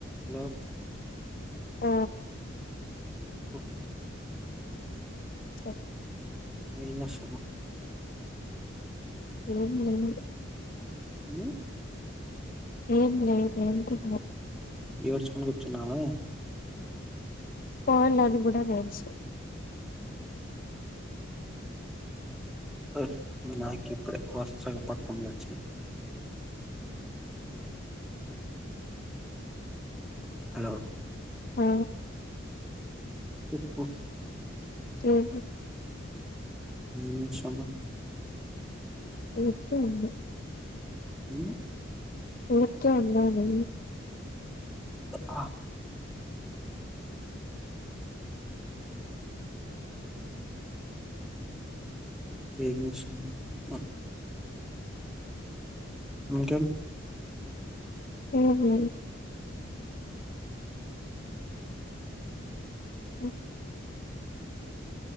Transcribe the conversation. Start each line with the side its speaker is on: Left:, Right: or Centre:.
Centre: Hello
Left: ఆ
Centre: హ్హ్
Left: స
Centre: ఏం చేస్తన్నావ్
Left: ఏం లేదు
Centre: మ్మ్
Left: ఏం లేదు అంటున్నా
Centre: ఏడ్చుకుని కూర్చున్నావా
Left: ఫోన్ దానికి కూడా తెలుసు
Centre: ఆ నాకు ఇప్పుడే వరుసగా పట్నం వచ్చినై హలో
Left: ఆ
Centre: చెప్పు
Left: ఉహు
Centre: ఏం చేస్తన్నావ్
Left: చెప్పు ఏందో
Centre: ఉ
Left: ఊరికే ఉన్నాను
Centre: ఆ ఏం చేస్తున్నావ్ ఇంకేం
Left: ఏం లేదు ఉ